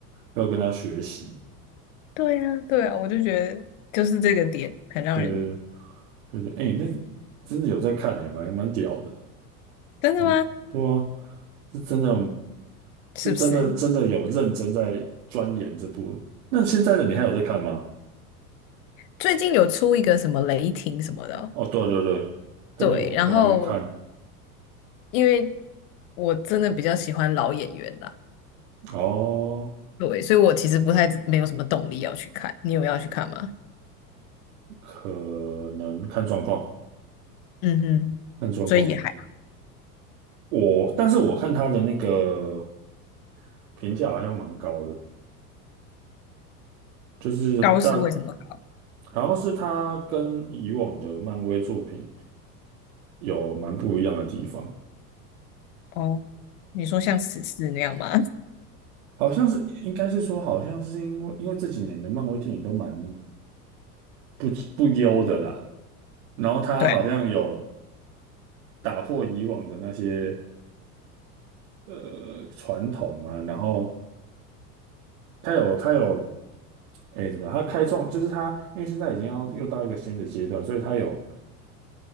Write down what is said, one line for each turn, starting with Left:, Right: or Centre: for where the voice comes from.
Right: 要跟他学习。
Left: 对呀，对啊，我就觉得就是这个点很让人，
Right: 对对对对对，哎，那真的有在看也蛮蛮屌的，
Left: 真的吗？
Right: 蛮对啊，是真的，
Left: 是不是？
Right: 是真的真的有认真在钻研这部。那现在的你还有在看吗？
Left: 最近有出一个什么雷霆什么的哦
Right: 哦，对对对，真的我我还没看
Left: 对，然后因为我真的比较喜欢老演员啦，
Right: 哦，
Left: 对，所以我其实不太没有什么动力要去看。你有要去看吗？
Right: 可能看状况，
Left: 嗯哼，
Right: 看状况。
Left: 所以也还好。
Right: 我但是我看他的那个评价好像蛮高的，就是大
Left: 高是为什么高？
Right: 好像是他跟以往的漫威作品有蛮不一样的地方。
Left: 哦，你说像史诗那样吗？
Right: 好像是应该是说，好像是因为因为这几年的漫威电影都蛮不不优的啦，然后他好像有
Left: <laughs> 对
Right: 打破以往的那些呃传统嘛，然后他有他有诶怎么样，他开创就是他因为现在已经要又到一个新的阶段，所以他有